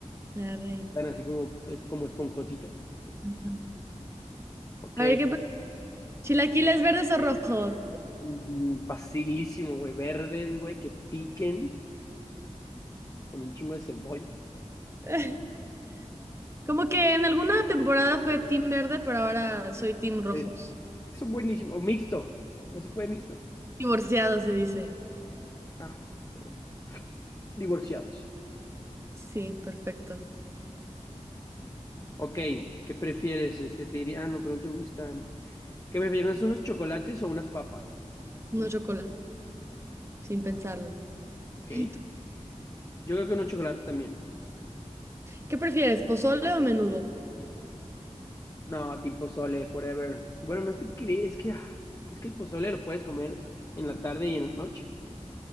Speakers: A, on the right (about 20°); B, on the left (about 25°).
A: Arre.
B: Están así como, es como esponjositos. Así como,
A: Ajá.
B: ok,
A: A ver, ¿qué prefieres? ¿Chilaquiles verdes o rojos?
B: mm, facilísimo, güey. Verdes, güey, que piquen con un chingo de cebolla.
A: <laughs> Como que en alguna temporada fue Team Verde, pero ahora soy Team Rojos.
B: Eh, son buenísimos. O Mixto. ¿No se puede mixto?
A: Divorciado se dice.
B: Ah, perdón. Divorciados.
A: Sí, perfecto.
B: Ok, ¿qué prefieres? Este, te diría, ah, no, pero no te gusta. ¿Qué prefieres? ¿Unos chocolates o unas papas?
A: No
B: De-
A: chocolate, sin pensarlo.
B: Ok.
A: ¿Y tú?
B: Yo creo que unos chocolates también.
A: ¿Qué prefieres, pozole o menudo?
B: No, tipo pozole, forever. Bueno, no te crees, es que, ah, es que el pozole lo puedes comer en la tarde y en la noche.